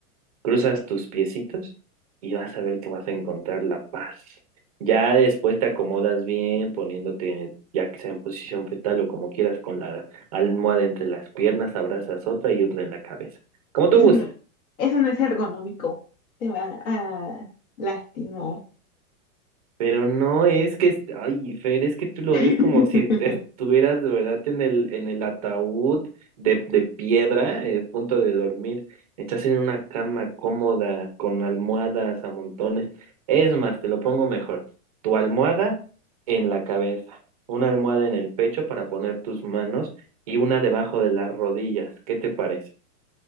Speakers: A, on the right; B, on the left.
A: Cruzas tus piecitos y vas a ver que vas a encontrar la paz. Ya después te acomodas bien, poniéndote, ya que sea en posición fetal o como quieras, con la almohada entre las piernas, abrazas otra y otra en la cabeza. Como
B: Eso
A: tú gustes.
B: no, eso no es ergonómico. Te va a lastimar.
A: Pero no es que, est- ay, Fer, es que tú lo
B: <laughs>
A: ves como si estuvieras de verdad en el, en el ataúd de, de piedra, eh, punto de dormir. Estás en una cama cómoda, con almohadas a montones. Es más, te lo pongo mejor. Tu almohada en la cabeza, una almohada en el pecho para poner tus manos y una debajo de las rodillas. ¿Qué te parece?